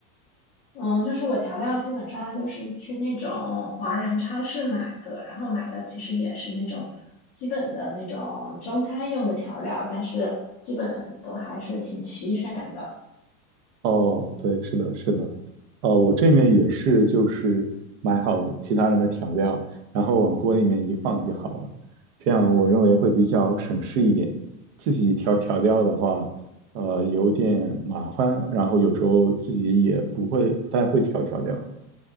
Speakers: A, on the left; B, on the right.
A: 嗯，就是我调料基本上就是去那种华人超市买的，然后买的其实也是那种基本的那种中餐用的调料，但是基本都还是挺齐全的。
B: 哦，对，是的，是的，呃，我这面也是，就是买好其他人的调料，然后往锅里面一放就好了，这样我认为会比较省事一点。自己调调料的话，呃，有点麻烦，然后有时候自己也不会，不太会调调料，